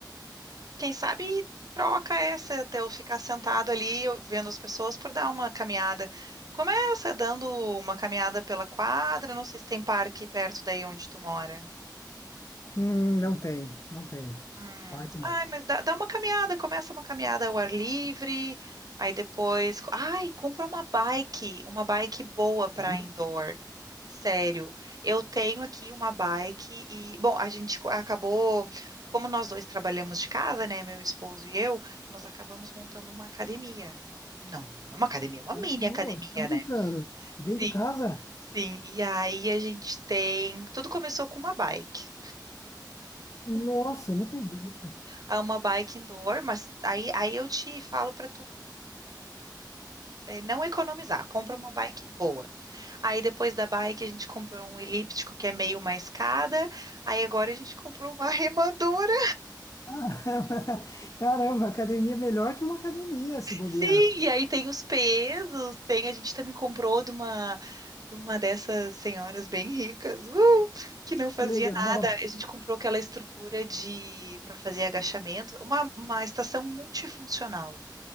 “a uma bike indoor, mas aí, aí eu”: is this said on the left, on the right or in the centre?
Right